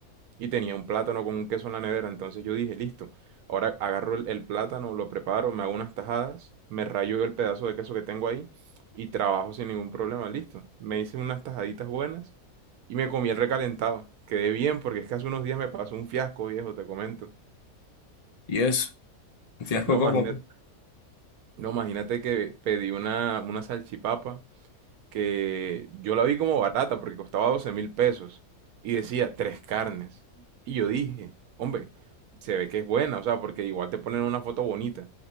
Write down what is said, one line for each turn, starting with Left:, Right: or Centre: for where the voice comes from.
Right: y tenía un plátano con un queso en la nevera. Entonces yo dije, listo, ahora agarro el, el plátano, lo preparo, me hago unas tajadas, me rayo el pedazo de queso que tengo ahí y trabajo sin ningún problema, listo. Me hice unas tajaditas buenas y me comí el recalentado. Quedé bien porque es que hace unos días me pasó un fiasco, viejo, te comento.
Left: Y eso, un fiasco
Right: No,
Left: como.
Right: imagínate,
Left: tú.
Right: no, imagínate que pedí una, una salchipapa que yo la vi como barata porque costaba doce mil pesos y decía tres carnes. Y yo dije, hombre, se ve que es buena, o sea, porque igual te ponen una foto bonita.